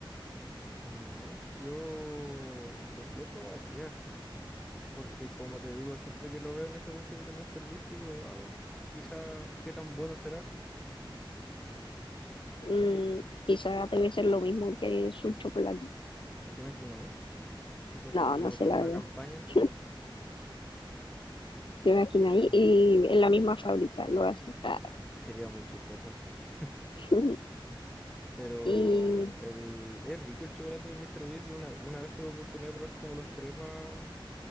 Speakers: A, in the centre; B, on the left.
A: Ah, yo lo, lo probaría, porque como te digo, siempre que lo veo en esta cuestión del Mr. Beast, digo, ah, quizá qué tan bueno será.
B: Mm, quizá debe ser lo mismo que su chocolate.
A: ¿Te imaginas, eh? Tipo así
B: No,
A: como
B: no sé,
A: toda
B: la
A: una
B: verdad.
A: campaña así.
B: <laughs> Te imaginas ahí, y en la misma fábrica lo hacen. Ah.
A: Sería muy chistoso. <laughs>
B: <laughs>
A: Pero
B: Y
A: el, es rico el chocolate del Mr. Beast. Una, una vez tuve oportunidad de probar como los tres más,